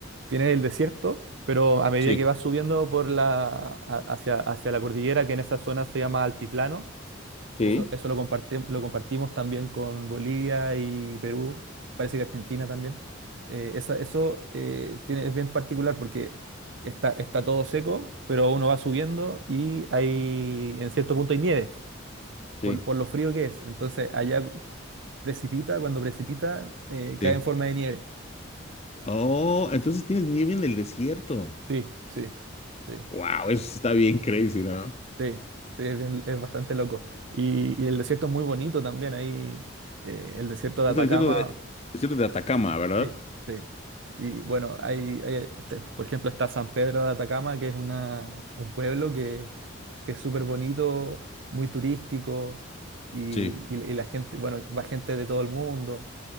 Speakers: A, on the right; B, on the left.
A: tienes el desierto, pero a medida
B: Sí,
A: que vas subiendo por la, a- hacia, hacia la cordillera, que en esa zona se llama altiplano,
B: sí,
A: eso, eso lo comparti- lo compartimos también con Bolivia y Perú, parece que Argentina también. Eh, esa- eso eh, tiene, es bien particular porque está, está todo seco, pero uno va subiendo y hay, en cierto punto hay nieve,
B: sí.
A: por, por lo frío que es. Entonces allá precipita, cuando precipita, eh, cae
B: sí.
A: en forma de nieve.
B: Oh, entonces tienes nieve en el desierto.
A: Sí, sí, sí, sí,
B: Wow, eso está bien crazy, ¿no?
A: sí, es, bien- es bastante loco. Y, y el desierto es muy bonito también, ahí eh, el desierto de
B: Es
A: Atacama.
B: el desierto de, desierto de Atacama, ¿verdad?
A: Sí, sí. Y bueno, hay, hay, este, por ejemplo, está San Pedro de Atacama, que es una, un pueblo que, que es súper bonito, muy turístico, y,
B: Sí,
A: y- y la gente, bueno, va gente de todo el mundo.